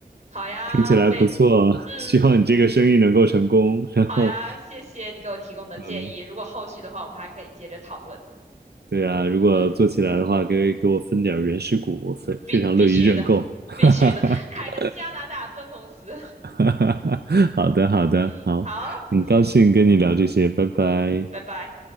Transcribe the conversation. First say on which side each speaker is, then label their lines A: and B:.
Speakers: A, on the right; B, on the right.
A: 好呀，
B: 听起来不错，
A: 非，
B: <laughs>
A: 嗯，
B: 希望你这个生意能够成功。然后，
A: 好呀，谢谢你给我提供的建议。
B: 嗯，
A: 如果后续的话，我们还可以接着讨论。
B: 对啊，如果做起来的话，
A: 嗯，
B: 给给我分点儿原始股，我非非常乐意认购。
A: 必必须的，
B: <laughs>
A: 必须的，开个加拿大分公司。<laughs>
B: 哈哈哈哈哈哈！好的，好的，
A: 嗯，
B: 好，
A: 好，
B: 很高兴跟你聊这些，
A: 嗯，
B: 拜拜。
A: 拜拜。